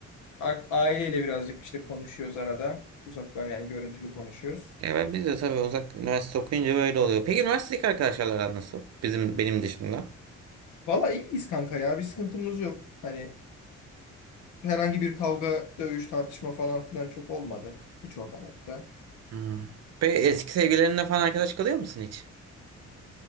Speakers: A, on the left (about 75°); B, on the right (about 55°).
A: A- Aileyle birazcık işte konuşuyoruz arada. Uzaktan yani görüntülü konuşuyoruz.
B: Ya ben biz de tabii uzak üniversite okuyunca böyle oluyor. Peki üniversitedeki arkadaşlarla aran nasıl? Bizim benim dışımda.
A: Valla iyiyiz kanka ya. Bir sıkıntımız yok. Hani herhangi bir kavga, dövüş, tartışma falan filan çok olmadı. Hiç olmadı hatta.
B: Hmm. Peki eski sevgilerinle falan arkadaş kalıyor musun hiç?